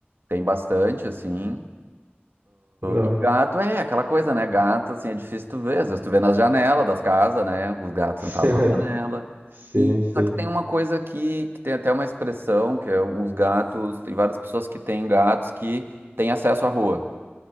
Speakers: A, on the right; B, on the right.
A: Tem bastante, assim.
B: legal.
A: E gato é aquela coisa, né? Gato, assim, é difícil tu ver. Às vezes tu vê nas janelas das casas, né? Os gatos
B: <laughs>
A: sentados na janela.
B: Sim,
A: E
B: sim.
A: só que tem uma coisa aqui, que tem até uma expressão, que é os gatos, tem várias pessoas que têm gatos que têm acesso à rua.